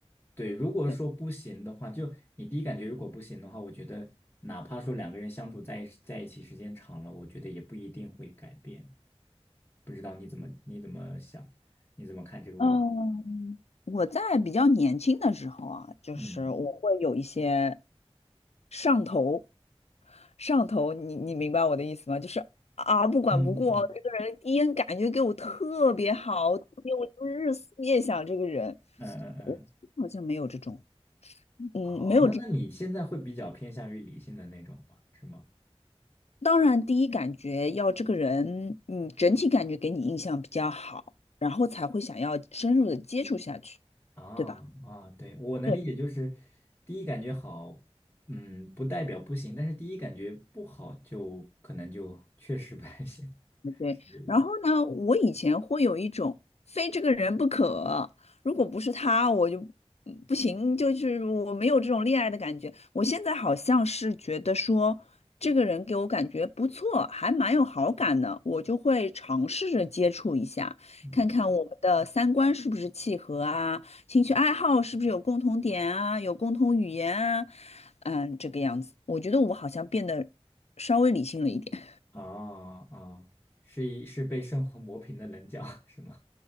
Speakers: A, on the left; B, on the left.
A: 对，如果说不行的话，
B: 对。
A: 就你第一感觉如果不行的话，我觉得哪怕说两个人相处在一在一起时间长了，我觉得也不一定会改变。不知道你怎么你怎么想，你怎么看这个问题？
B: 嗯，我在比较年轻的时候啊，就是我会有一些
A: 嗯
B: 上头，上头，你你明白我的意思吗？就是啊，不管不顾，
A: 嗯嗯嗯
B: 这个人第一眼感觉给我特别好，特别我就是日思夜想这个人。
A: 嗯嗯嗯。
B: 我好像没有这种，嗯，
A: 哦，
B: 没有这。
A: 那那你现在会比较偏向于理性的那种吗？是吗？
B: 当然，第一感觉要这个人，嗯，整体感觉给你印象比较好，然后才会想要深入的接触下去，
A: 啊啊，
B: 对吧？
A: 对，我能理解，
B: 对。
A: 就是第一感觉好，嗯，不代表不行，但是第一感觉不好就可能就确实不太行，
B: 对，
A: 是这意思。
B: 然后呢，我以前会有一种非这个人不可，如果不是他，我就嗯不行，就是我没有这种恋爱的感觉。我现在好像是觉得说，这个人给我感觉不错，还蛮有好感的，我就会尝试着接触一下，
A: 嗯，
B: 看看我们的三观是不是契合啊，兴趣爱好是不是有共同点啊，有共同语言啊，嗯，这个样子，我觉得我好像变得稍微理性了一点。
A: 啊啊，是一是被生活磨平的棱角，是吗？